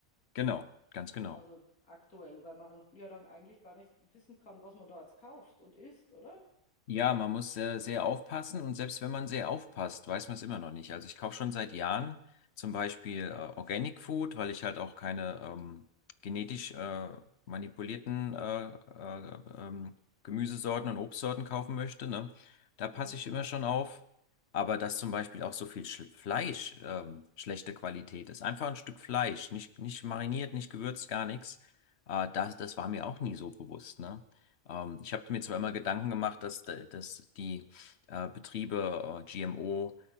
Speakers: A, on the left (about 55°); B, on the left (about 70°).
A: Genau, ganz genau.
B: Also aktuell, weil man ja dann eigentlich gar nicht wissen kann, was man da jetzt kauft und isst, oder?
A: Ja, man muss äh, sehr aufpassen und selbst wenn man sehr aufpasst, weiß man es immer noch nicht. Also ich kaufe schon seit Jahren zum Beispiel äh, Organic Food, weil ich halt auch keine ähm, genetisch äh, manipulierten äh, äh, ähm, Gemüsesorten und Obstsorten kaufen möchte, ne? Da passe
B: Mhm.
A: ich immer schon auf. Aber dass zum Beispiel auch so viel Sch Fleisch ähm, schlechte Qualität ist, einfach ein Stück Fleisch, nicht, nicht mariniert, nicht gewürzt, gar nichts, äh, das, das war mir auch nie so bewusst, ne? Ähm, ich habe mir zweimal Gedanken gemacht, dass, da- dass die äh, Betriebe äh, GMO,